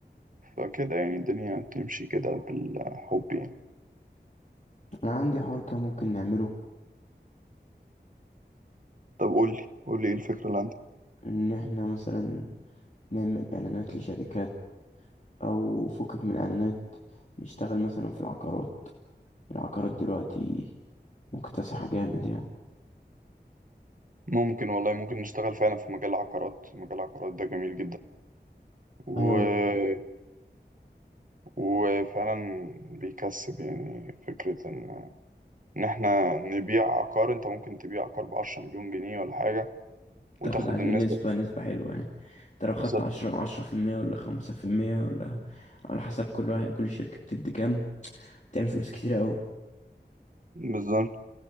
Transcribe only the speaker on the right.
فكده يعني الدنيا تمشي كده بالحب يعني
طب قولي قولي ايه الفكرة اللي عندك
ممكن والله ممكن نشتغل فعلا في مجال العقارات مجال العقارات ده جميل جدا
وفعلا بيكسب يعني فكرة إن إن إحنا نبيع عقار أنت ممكن تبيع عقار بعشرة مليون جنيه ولا حاجة وتاخد
النسبة
بالظبط
بالظبط